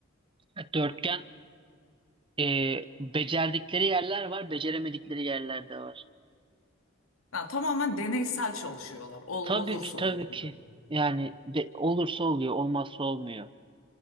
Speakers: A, on the right; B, on the left.
A: E, Dörtgen e, becerdikleri yerler var, beceremedikleri yerler de var.
B: Ha, tamamen deneysel çalışıyorlar. Ol,
A: Tabii
B: olursa
A: ki tabii
B: olur gibi.
A: ki. Yani de, olursa oluyor, olmazsa olmuyor.